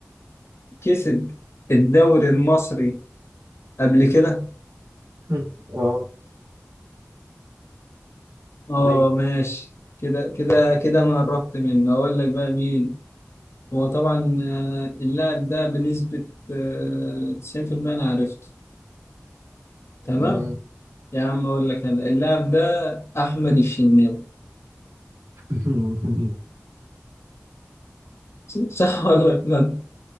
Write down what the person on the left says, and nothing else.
كسب الدوري المصري قبل كده؟
اه
ماشي كده كده كده انا قربت منه اقول لك بقى مين هو طبعا آه، اللاعب ده بنسبة آه، 90% انا عرفته تمام
يا عم اقول لك انا اللاعب ده احمد الشناوي
صح ولا لا